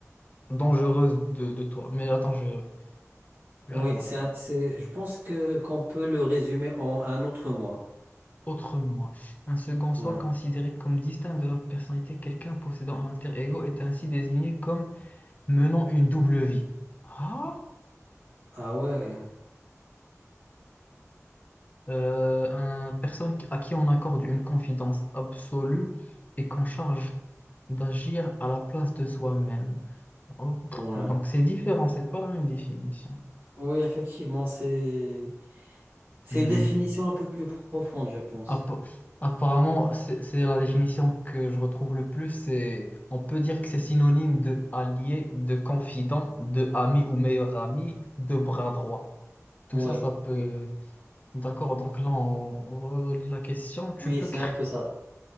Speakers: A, on the left (about 30°); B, on the right (about 45°).
A: dangereuse de, de toi. Mais attends, je, je
B: Oui,
A: vais regarder.
B: c'est, un- c'est, je pense que qu'on peut le résumer en un autre moi.
A: Autre moi. Un second soi
B: Ouais.
A: considéré comme distinct de la personnalité, quelqu'un possédant un alter ego est ainsi désigné comme menant une double vie. Ah,
B: Ah ouais.
A: Euh, un personne qui- à qui on accorde une confidence absolue et qu'on charge d'agir à la place de soi-même. Oh,
B: Ouais.
A: Donc c'est différent, c'est pas la même définition.
B: Oui, effectivement, c'est, c'est
A: Hmm.
B: une définition un peu plus profonde, je pense.
A: App- Apparemment, c'est c'est la définition que je retrouve le plus. C'est, on peut dire que c'est synonyme de allié, de confident, de ami ou meilleur ami, de bras droit. Tout
B: Ouais.
A: ça, ça peut.
B: Oui.
A: D'accord, donc là, on, on relit la question. Tu
B: Oui,
A: peux
B: c'est
A: créer,
B: un peu ça.